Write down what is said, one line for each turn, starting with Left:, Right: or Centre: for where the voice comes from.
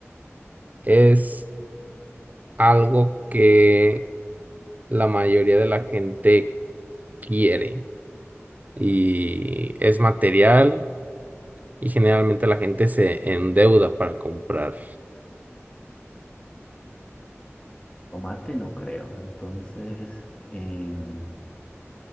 Right: Es algo que la mayoría de la gente quiere y es material y generalmente la gente se endeuda para comprar
Left: Tomate no creo. Entonces, en